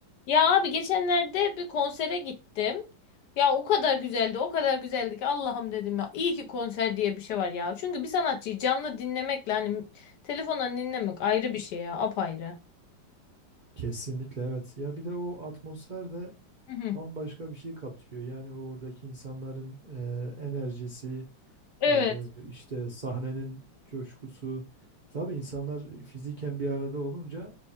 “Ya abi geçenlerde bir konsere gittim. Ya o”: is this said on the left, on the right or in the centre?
Left